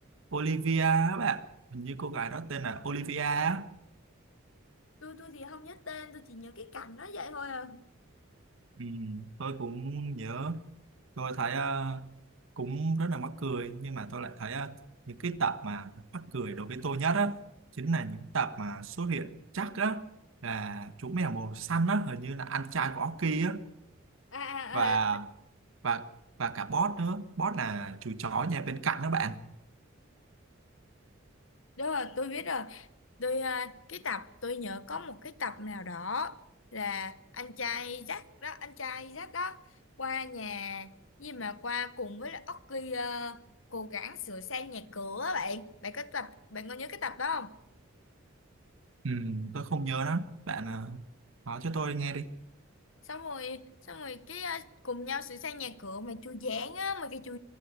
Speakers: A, on the right; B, on the left.
A: Olivia á bạn hình như cô gái đó tên là Olivia á
B: tôi tôi thì không nhớ tên tôi chỉ nhớ cái cảnh nó vậy thôi à
A: ừ, tôi cũng nhớ tôi thấy ờ, cũng rất là mắc cười nhưng mà tôi lại thấy ờ, những cái tập mà mắc cười đối với tôi nhất á chính là những tập mà xuất hiện chắc á là chú mèo màu xanh á hình như là anh trai của Orky á
B: à,
A: và
B: à, à.
A: và và cả boss nữa boss là chú chó nhà bên cạnh đó bạn
B: đúng rồi tôi biết rồi Tôi ờ, cái tập tôi nhớ có một cái tập nào đó là anh trai Jack đó, anh trai Jack đó qua nhà gì mà qua cùng với lại Oki ờ, cố gắng sửa sang nhà cửa á bạn. Bạn có tập bạn có nhớ cái tập đó không?
A: ừ, tôi không nhớ lắm bạn ờ, nói cho tôi nghe đi
B: xong rồi xong rồi cái ờ, cùng nhau sửa sang nhà cửa mà chu giảng á mà cái chu